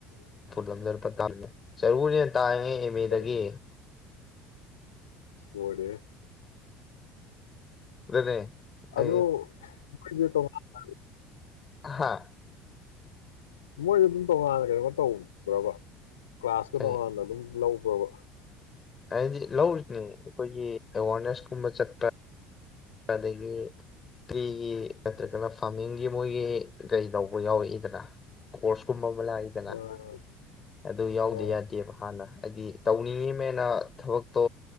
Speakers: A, on the left (about 25°); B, on the left (about 75°).
A: ꯐ ꯂꯝꯖꯔ ꯄꯥꯦ ꯆꯔꯔꯤꯅꯦ ꯇꯥꯡꯉꯦ ꯑꯦꯝ ꯑꯦꯗꯒꯤ
B: ꯑꯁ ꯃꯔꯦ
A: ꯑꯗꯨꯅꯦ
B: ꯑꯗꯨꯗꯣ
A: ꯑꯩ
B: ꯃ ꯇ
A: ꯍꯥꯥ
B: ꯃꯣꯏꯁꯨ ꯑꯗꯨꯝ ꯇꯣꯉꯥꯟꯅ ꯀꯩꯅꯣꯃ ꯇꯧꯕ꯭ꯔꯣꯕ ꯀ꯭ꯂꯥꯁꯀ
A: ꯀꯩ
B: ꯇꯣꯡꯉꯥꯟꯅ ꯑꯗꯨꯝ ꯂ ꯋꯥ ꯋꯥ
A: ꯍꯥꯏꯗꯤ ꯂꯧꯔꯤꯁꯤꯅꯦ ꯑꯩꯈꯣꯏꯒꯤ ꯑꯦꯋꯥꯔꯅꯦꯁ ꯀꯨꯝꯕ ꯆꯠꯄ ꯑꯗꯒꯤ ꯇ꯭ꯔꯤꯒꯤ ꯅꯠꯇ꯭ꯔꯒꯅ ꯐꯥꯔꯃꯤꯡꯒꯤ ꯃꯣꯏꯒꯤ ꯀꯩꯗꯧꯕ ꯌꯥꯎꯔꯛꯏꯗꯅ ꯀꯣꯔꯁ ꯀꯨꯝꯕ ꯑꯃ ꯂꯥꯛꯏꯗꯅ
B: ꯑꯥ
A: ꯑꯗꯨ ꯌꯥꯎꯗꯤ
B: ꯑꯥ
A: ꯌꯥꯗꯦꯕ ꯍꯥꯟꯅ ꯍꯥꯏꯗꯤ ꯇꯧꯅꯤꯡꯉꯤ ꯃ ꯑꯩꯅ ꯊꯕꯛꯇꯣ